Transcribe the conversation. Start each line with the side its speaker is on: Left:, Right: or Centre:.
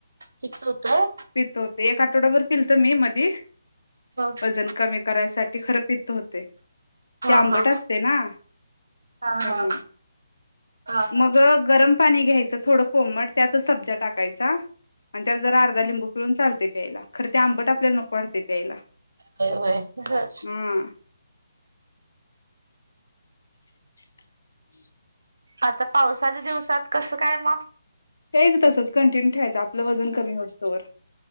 Right: पित्त होतंय.
Left: पित होतय, एक आठवडा भर पिलत मी मधी
Right: हा
Left: वजन कमी करायसाठी ते खरं पित होतयं. ते आंबट
Right: हा
Left: असतय ना
Right: हा
Left: त्यामुळं.
Right: हा हा हा हा
Left: मग गरम पा पाणी घ्यायचं थोडं कोमट त्यातचं सबज्या टाकायचा. आणि त्यात जरा अर्धा लिंबू पिळून चालतय प्यायला खरं ते आंबट आपल्याला नको वाटतय प्यायला
Right: होय होय.
Left: हा. <inaudible>
Right: आता पावसाच्या दिवसात कसं काय म.
Left: प्यायचं तसचं कंटिन्यू ठेवायचं आपलं वजन कमी हुसतवर.